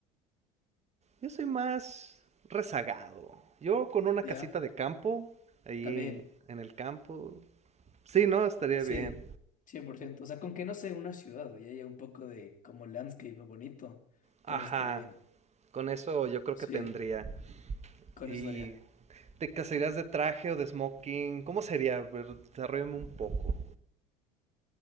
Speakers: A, on the right; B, on the left.
A: yo soy más rezagado. Yo con una
B: ya,
A: casita de campo, ahí
B: también.
A: en el campo. Sí, no, estaría
B: Sí,
A: bien.
B: cien por ciento O sea, con que no sea una ciudad y haya un poco de como landscape bonito,
A: Ajá.
B: con eso estaría bien.
A: Con eso yo creo
B: Sí,
A: que tendría.
B: con
A: ¿Y
B: eso estaría.
A: te casarías de traje o de smoking? ¿Cómo sería? A ver, desarrollame un poco.